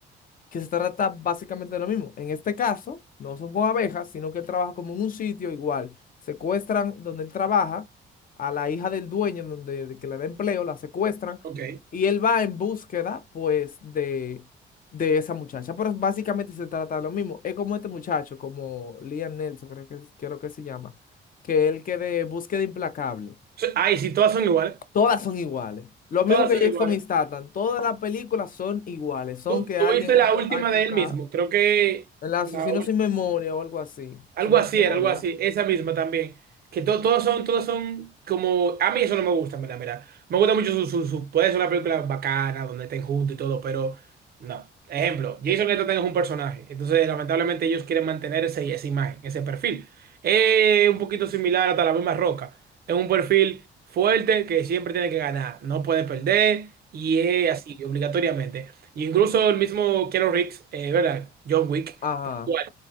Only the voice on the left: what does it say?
que se trata básicamente de lo mismo. En este caso, no son con abejas, sino que él trabaja como en un sitio igual. Secuestran donde él trabaja a la hija del dueño, donde de que le da empleo, la secuestran
y él va en búsqueda, pues, de, de esa muchacha. Pero básicamente se trata de lo mismo. Es como este muchacho, como Liam Nelson, creo que, creo que se llama, que él que de búsqueda implacable.
Todas son iguales. Lo mismo
que
Jason
Statham, todas las películas son iguales, son
que
alguien
hay
que,
hay que
buscar.
El asesino
sin memoria o algo así.
Sin
memoria.
Ajá.